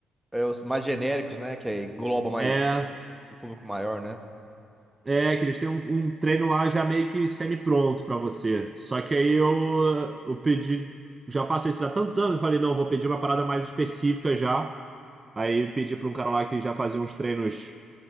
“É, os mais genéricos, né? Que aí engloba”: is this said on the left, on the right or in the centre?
Centre